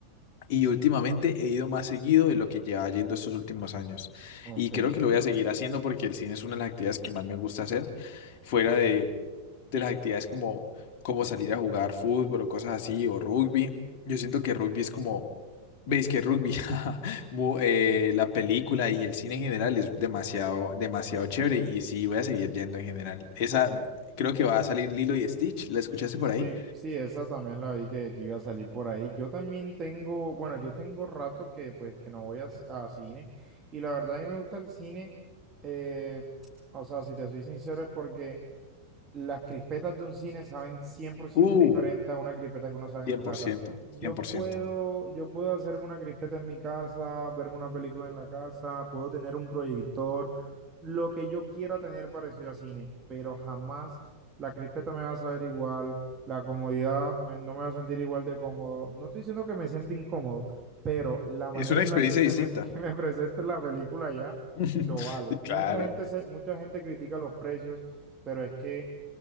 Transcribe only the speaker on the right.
Ok.
Sí,
sí, esa también la vi que, que iba a salir por ahí. Yo también tengo, bueno, yo tengo rato que pues que no voy a, c- a cine y la verdad a mí me gusta el cine, eh, <tsk> o sea, si te soy sincero es porque las crispetas de un cine saben cien por ciento
diferente a una crispeta que uno sabe
en su
casa.
Yo
puedo, yo puedo hacerme una crispeta en mi casa, verme una película en la casa, puedo tener un proyector, lo que yo quiera tener parecido a cine, pero jamás la crispeta me va a saber igual, la comodidad me- no me va a sentir igual de cómodo. No estoy diciendo que me sienta incómodo, pero la manera
en
la que se
me, <laughs> que me presente la película ya
y lo vale.
Mucha gente se, mucha gente critica los precios pero es que